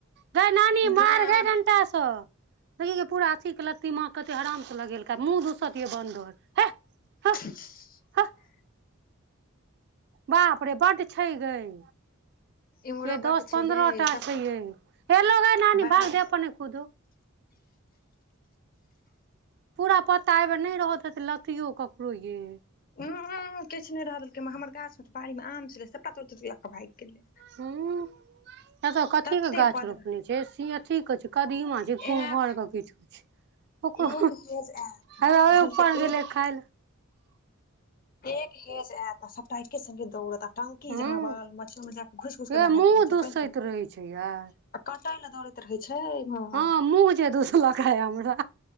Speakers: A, on the right (about 50°); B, on the left (about 45°).
A: गेइ नानी मार
B: गैमाय हमर
A: गइ डंटा स देखी गे पूरा अथी के लत्ती मा कते आराम से लगेलकै मुँह दूसत ये बनदर हे
B: <unintelligible>
A: हह हह बाप रे बड छई गइ
B: इम्हरो
A: ये दस
B: बड्ड छै
A: पन्द्रहो
B: यै
A: टा
B: सब
A: छै ये हे ऐलौ गए नानी
B: बाहर
A: भाग देह नै कुदौ पूरा पत्ता एहि बे नै रह देतै लत्तियों ककरो यै
B: <unintelligible> किछ नै रहल दलकै हम हमर गाछ मे तऽ बाड़ी मे आम छलै सबटा तो तोड़ केँ भाइग गेलै
A: हू <inaudible> एतो कथी
B: तते
A: कऽ गाछ
B: बदर
A: रोपने छै अथी कऽ छै कदीमा
B: आयत
A: ई कुम्हर केँ किछ छै ओकरो
B: एक हेज आयत
A: हेबे ओहि
B: बुझलकै
A: ऊपर गेलै
B: एक
A: खाय ले
B: एक हेज एत सबटा एके संगे दौड़त आ टंकी
A: हूं
B: जहाँवल मच्छीं जाक घुईस घुईस
A: यै
B: क नहाइत
A: मुँह
B: रहै छै
A: दुसैत
B: पानि पी आ
A: रहै छै यै
B: कटैयले दौड़ैत रहै छै इम्हर
A: हँ मुँह जे दूसलका आय हमरा